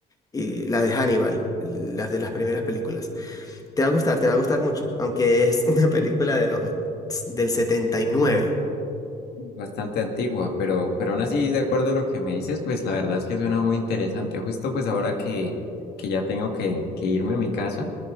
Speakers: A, on the left; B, on the left.
A: y la de Hannibal, las de las primeras películas. Te va a gustar, te va a gustar mucho, aunque es <laughs> una película de los, del setenta y nueve
B: Bastante antigua, pero, pero aún así, de acuerdo a lo que me dices, pues la verdad es que suena muy interesante. Justo pues ahora que, que ya tengo que, que irme a mi casa,